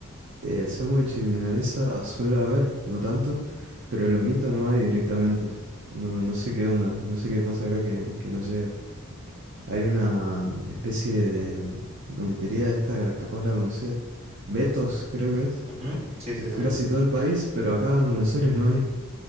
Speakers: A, on the right (about 55°); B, on the right (about 30°).
A: El sándwich de milanesa suele haber, no tanto, pero el lomito no hay directamente. No, no sé qué onda, no sé qué pasa acá que, que no llega.
B: Ujú,
A: Hay una especie de mm, lomitería esta, capaz la conocés, Betos creo que es,
B: ujú, Sí,
A: que
B: sí,
A: está
B: sí.
A: en casi todo el país, pero acá en Buenos Aires no hay.